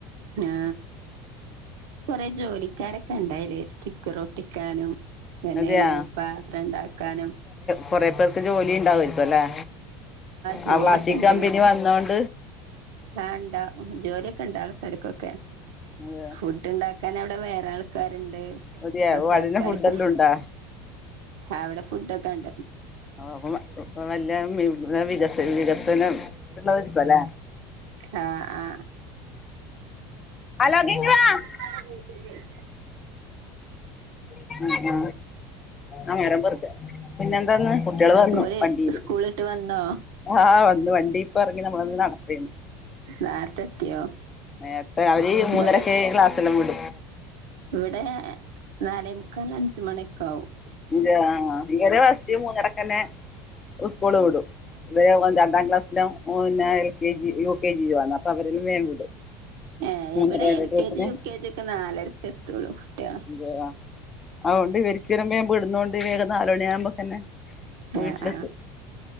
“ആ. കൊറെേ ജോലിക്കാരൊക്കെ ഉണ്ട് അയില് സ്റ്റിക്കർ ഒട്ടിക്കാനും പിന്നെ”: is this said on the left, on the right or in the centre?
Right